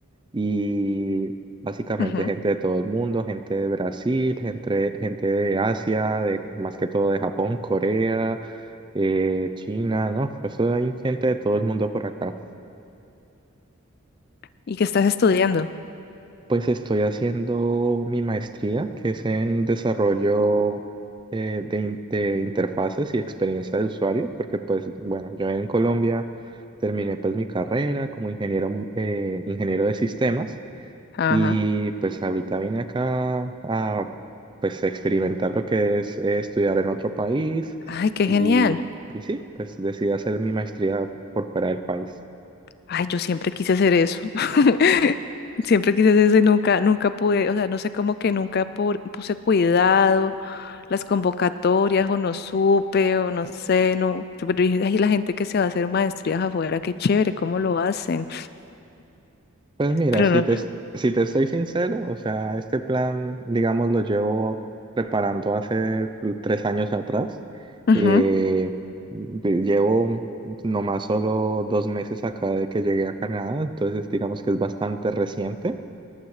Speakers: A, on the right; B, on the left.
A: y básicamente
B: Ujú.
A: gente de todo el mundo, gente de Brasil, gente, gente de Asia, de, más que todo de Japón, Corea, eh, China, ¿no? Eso hay gente de todo el mundo por acá.
B: ¿Y qué estás estudiando?
A: Pues estoy haciendo mi maestría, que es en desarrollo eh, de, in- de interfaces y experiencia de usuario, porque pues bueno, yo en Colombia terminé pues mi carrera como ingeniero, eh, ingeniero de sistemas
B: Ajá.
A: y pues ahorita vine acá a pues experimentar lo que es eh, estudiar en otro país
B: Ay, qué
A: y,
B: genial.
A: y sí, pues decidí hacer mi maestría por fuera del país.
B: Ay, yo siempre quise hacer eso. <laughs> Siempre quise hacer eso y nunca, nunca pude, o sea, no sé cómo que nunca pu- puse cuidado, las convocatorias o no supe o no sé, no. Yo pero dije, ay, la gente que se va a hacer maestrías afuera, qué chévere, cómo lo hacen.
A: Pues mira,
B: Pero
A: si
B: no.
A: te, si te soy sincero, o sea, este plan, digamos, lo llevo preparando hace tres años atrás.
B: Ujú.
A: Eh, de- llevo nomás solo dos meses acá de que llegué a Canadá, entonces digamos que es bastante reciente.